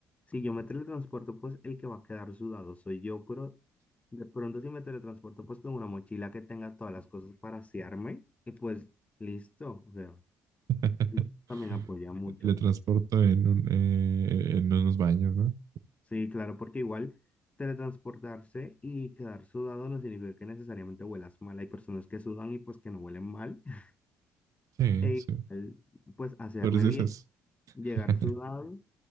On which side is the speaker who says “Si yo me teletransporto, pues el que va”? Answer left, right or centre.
Left